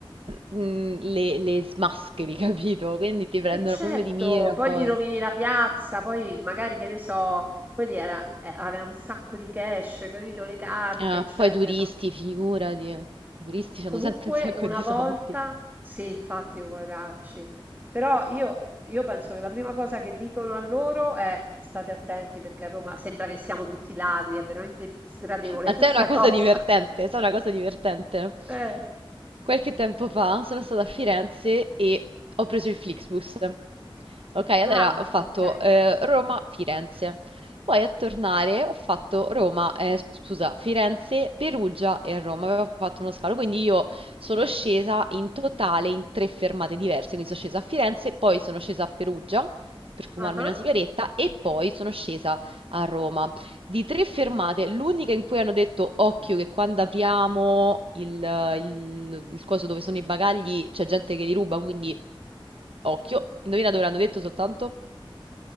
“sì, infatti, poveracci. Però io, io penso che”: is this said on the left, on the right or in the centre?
Right